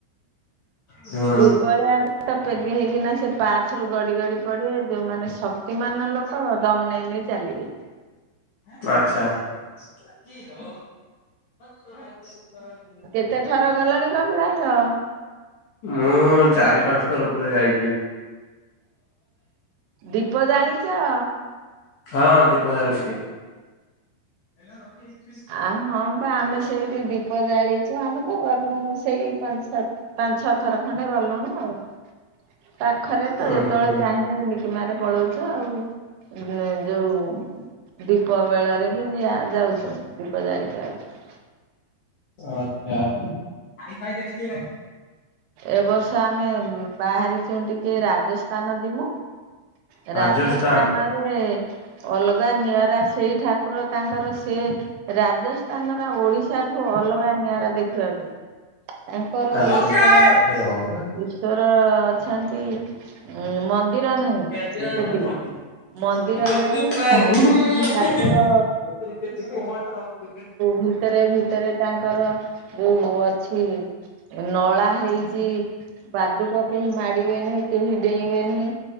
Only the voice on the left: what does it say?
ହୁଁ
ହେଁ ଆଚ୍ଛା କି ହୋ ଓ ଆଜି କାଲି ଛୁଆ <unintelligible>
ଲୋ ଚାରି ପାଞ୍ଚ ଥର ଉପରେ ଯାଇଚି।
ହଁ ଦୀପ ଜାଳିଚି। ଏଇନା ଲକି ଆଇଚି
ଉଁ
ହୁଁ।
ଆଚ୍ଛା ଖାଇ ଖାଇ ଦେଖିକି ନାଚ୍
ରାଜସ୍ଥାନ
ଆଚ୍ଛା
ରହବେ ଏଠି ଗୋଟେ
<unintelligible>
<unintelligible>